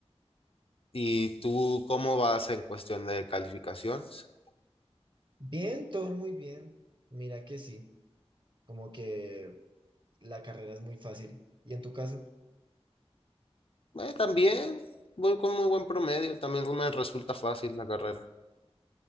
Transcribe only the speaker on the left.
¿Y tú cómo vas en cuestión de calificaciones?
Eh, también voy con muy buen promedio, también me resulta fácil la carrera.